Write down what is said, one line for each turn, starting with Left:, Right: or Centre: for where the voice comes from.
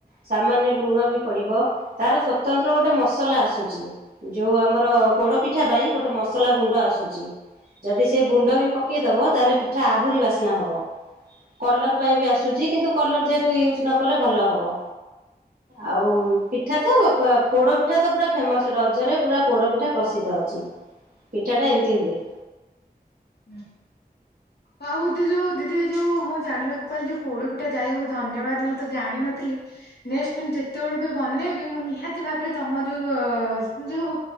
Right: ସାମାନ୍ୟ ଲୁଣ ବି ପଡିବ ତାର ସ୍ଵତନ୍ତ୍ର ଗୋଟେ ମସଲା ଆସୁଚି। ଯୋଉ ଆମର ପୋଡ ପିଠା ପାଇଁ ଗୋଟେ ମ ସଲା ଗୁଣ୍ଡ ଆସୁଚି ଯଦି ସେ ଗୁଣ୍ଡ ବି ପକେଇଦବ ତାହେଲେ ପିଠା ଆହୁରି ବାସ୍ନା ହବ। କଲର ପାଇଁ ବି ଆସୁଚି କିନ୍ତୁ କଲର ଯେହେତୁ ୟୁଜ ନ କଲେ ଭଲ ହବ। ଆଉ ପିଠା ତ ପୋଡ଼ ପିଠା ତ ପୁରା ଫେମସ୍ ରଜରେ ପୁରା ପୋଡ଼ ପିଠା ପ୍ରସିଦ୍ଧ ଅଛି। ପିଠା ଟା ଏମିତି ହୁଏ।
Left: ହୁଁ। ଆଉ ଉଦି ଯୋଉ ଦିଦି ଯୋଉ ମୁଁ ଜାଣିବାକୁ ପାଇିଲି ଯୋଉ ପୋଡ ପିଠା ଯାଇ ଧନ୍ୟବାଦ ମୁଁ ତ ଜାଣିନଥିଲି। ନେଷ୍ଟେ ଯେତେବେଳୁ ବି ବନେଇବି ମୁଁ ନିହାତି ଭାବରେ ତମ ଯୋଉ ଯୋଉ